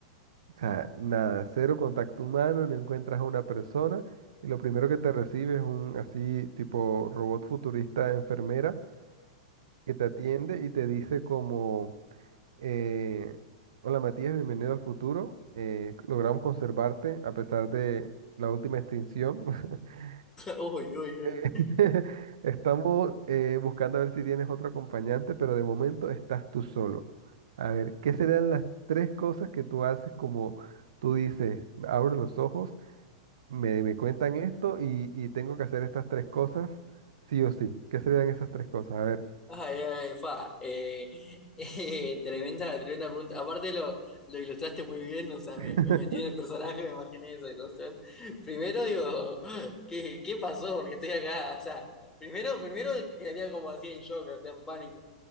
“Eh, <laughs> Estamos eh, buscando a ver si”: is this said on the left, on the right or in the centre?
Right